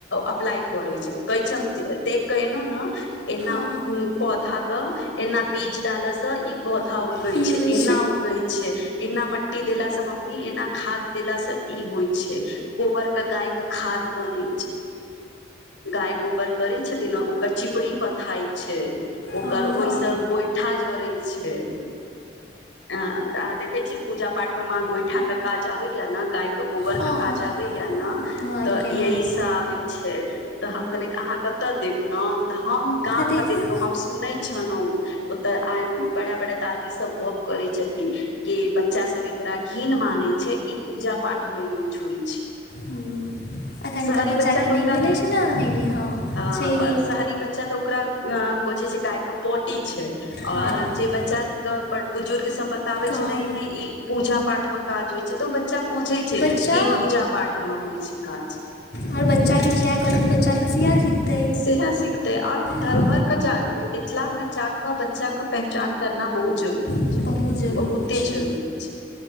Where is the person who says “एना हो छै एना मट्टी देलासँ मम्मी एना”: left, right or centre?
Left